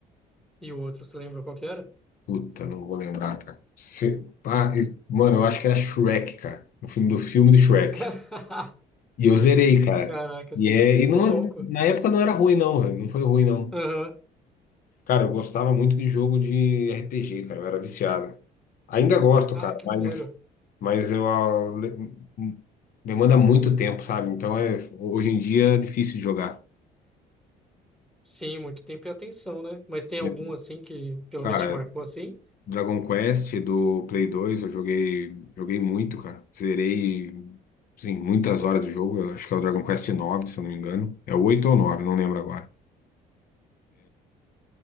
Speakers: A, in the centre; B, on the left.
A: E o outro, você lembra qual que era?
B: Puta, não vou lembrar, cara. Se- Ah, e- mano, eu acho que era Shrek, cara. No filme do filme do Shrek.
A: Ca-
B: E eu zerei,
A: <laughs>
B: cara.
A: Caracas.
B: E, é... e não...
A: Ô, louco.
B: na época não era ruim, não. velho. Não foi ruim, não.
A: Aham.
B: Cara, eu gostava muito de jogo de RPG, cara. Eu era viciado. Ainda gosto,
A: Ah,
B: cara,
A: que
B: mas,
A: maneiro.
B: mas eu ah, le- hum, demanda muito tempo, sabe? Então é... hoje em dia é difícil de jogar.
A: Sim, muito tempo e atenção, né? Mas tem
B: né?
A: algum assim que pelo
B: Cara,
A: menos te marcou assim?
B: Dragon Quest do Play 2, eu joguei, joguei muito, cara. Zerei, sim, muitas horas de jogo. Eu acho que é o Dragon Quest 9, se eu não me engano. É o 8 ou 9, não lembro agora.